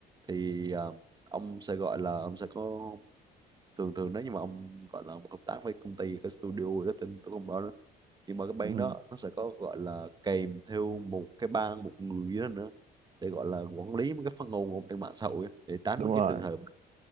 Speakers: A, on the right; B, on the right.
A: thì à, ông sẽ gọi là ông sẽ có thường thường nếu như mà ông gọi là ông hợp tác với công ty cái studio đó tên tôi không rõ nhưng mà cái bang
B: ừ,
A: đó nó sẽ có gọi là kèm theo một cái ban một người đó nữa để gọi là quản lý mấy cái phát ngôn của ông trên mạng xã hội á, để tránh
B: đúng rồi
A: cái trường hợp